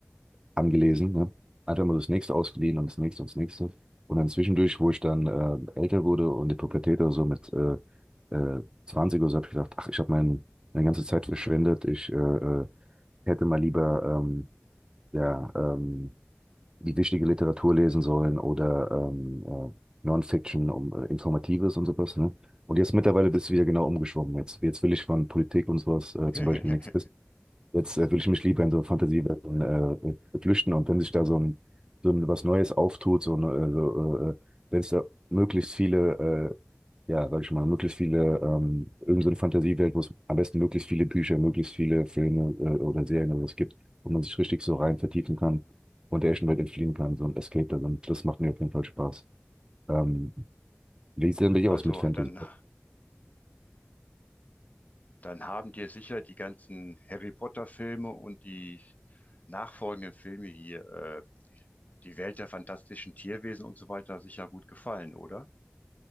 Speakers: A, on the right (about 20°); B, on the left (about 35°).
A: angelesen. Ne? Einfach mal das nächste ausgeliehen und das nächste und das nächste. Und dann zwischendurch, wo ich dann äh, älter wurde und die Pubertät oder so mit äh, äh, 20 oder so, habe ich gedacht, ach, ich habe mein, meine ganze Zeit verschwendet. Ich äh, äh, hätte mal lieber ähm, ja, ähm, die wichtige Literatur lesen sollen oder ähm, äh, Non-Fiction, um äh, Informatives und sowas. Ne? Und jetzt mittlerweile bist du wieder genau umgeschwommen. Jetzt, jetzt will ich von Politik und sowas äh,
B: <laughs>
A: zum Beispiel nichts wissen. Jetzt äh, will ich mich lieber in so Fantasiewelten äh, äh, flüchten und wenn sich da so ein, so ein was Neues auftut, so, ein, äh, so äh, äh, wenn es da möglichst viele äh, ja, sag ich mal, möglichst viele, ähm, irgend so eine Fantasiewelt, wo es am besten möglichst viele Bücher, möglichst viele Filme, äh, oder Serien oder was gibt, wo man sich richtig so rein vertiefen kann und der echten Welt entfliehen kann, so ein Escape darin. Das macht mir auf jeden Fall Spaß. Ähm, wie sieht denn bei dir
B: Also
A: aus mit Fantasy?
B: dann. dann haben dir sicher die ganzen Harry Potter-Filme und die nachfolgenden Filme hier, äh, die Welt der fantastischen Tierwesen und so weiter, sicher gut gefallen, oder?